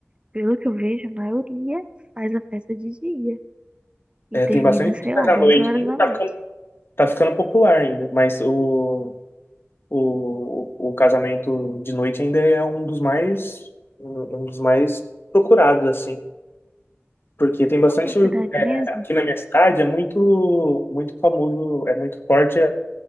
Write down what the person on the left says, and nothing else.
É,
tem bastante
coisa
à noite,
e
tá
ficando tá ficando popular ainda, mas o, o, o casamento de noite ainda é um dos mais um um dos mais procurados assim, porque tem bastante
é,
aqui na minha cidade é muito muito famoso, é muito forte a